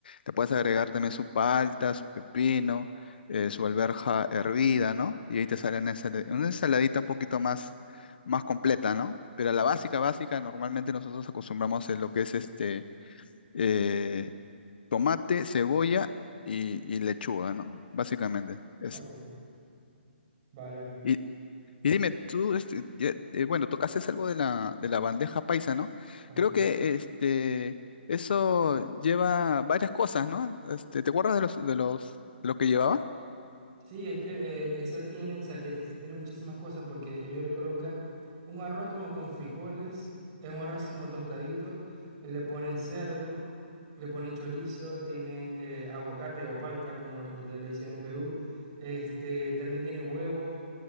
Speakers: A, on the left (about 55°); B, on the right (about 25°).
A: le puedes agregar también su palta, su pepino, eh, su alberja hervida, ¿no? Y ahí te sale una ensala- una ensaladita un poquito más más completa, ¿no? Pero la básica, básica, normalmente nosotros acostumbramos en lo que es este eh, tomate, cebolla y, y lechuga, ¿no? Básicamente eso.
B: Ok, vale.
A: Y, y dime, tú, este, ya- eh, bueno, tocaste algo de la, de la bandeja paisa, ¿no?
B: Ajá.
A: Creo que este, eso lleva varias cosas, ¿no? Este, ¿te acuerdas de los, de los, de lo que llevaba?
B: Sí, es que eh, esa tiene, o sea, que s- tiene muchísimas cosas porque ellos le colocan un arroz como con frijoles, es un arroz así como tostadito, le ponen cerdo, le ponen chorizo, tiene eh, aguacate o palta, como le, le dicen en Perú, este, también tiene huevo,